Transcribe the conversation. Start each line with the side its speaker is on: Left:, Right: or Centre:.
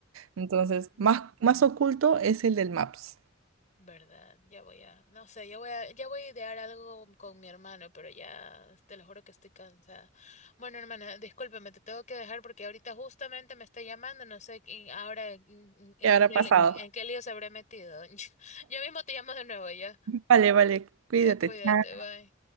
Right: Entonces,
Left: mm,
Right: más, más oculto es el del Maps.
Left: verdad, ya voy a, no sé, ya voy a, ya voy a idear algo con mi hermano, pero ya te lo juro que estoy cansada. Bueno, hermana, discúlpame, te tengo que dejar porque ahorita justamente me está llamando, no sé quién- ahora en, en- en
Right: ¿Qué habrá
Left: qué,
Right: pasado?
Left: en, qué lío se habrá metido. <laughs> Yo mismo te llamo de nuevo, ya.
Right: Vale, vale, cuídate.
Left: Ya, cuídate,
Right: Chao.
Left: bye.